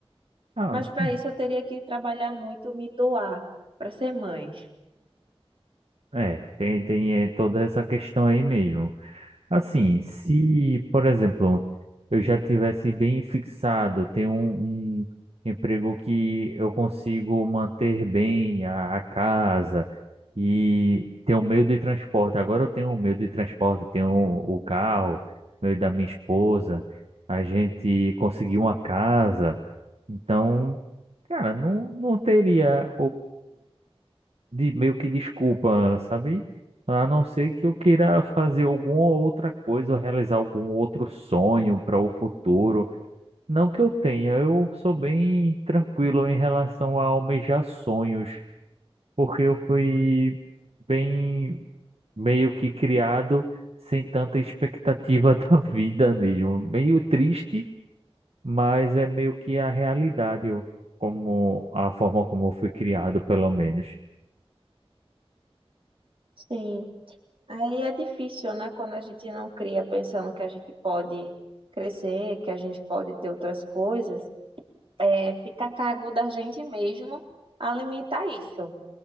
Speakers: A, on the right; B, on the right.
A: Ah,
B: Mas para
A: sim.
B: isso eu teria que trabalhar muito, me doar para ser mãe.
A: É, tem, tem eh, toda essa questão aí mesmo. Assim, se, por exemplo, eu já tivesse bem fixado, tenho um, um emprego que eu consigo manter bem a, a casa e ter um meio de transporte. Agora eu tenho um meio de transporte, tenho o carro, meio da minha esposa, a gente conseguiu uma casa. Então, cara, não, não teria de meio que desculpa, sabe? A não ser que eu queira fazer alguma outra coisa, ou realizar algum outro sonho para o futuro. Não que eu tenha, eu sou bem tranquilo em relação a almejar sonhos, porque eu fui bem meio que criado sem tanta expectativa <laughs> da vida mesmo. Meio triste, mas é meio que a realidade, eu- como a forma como eu fui criado, pelo menos.
B: Sim, aí é difícil, né, quando a gente não cria pensando que a gente pode crescer, que a gente pode ter outras coisas, é, fica a cargo da gente mesmo alimentar isso.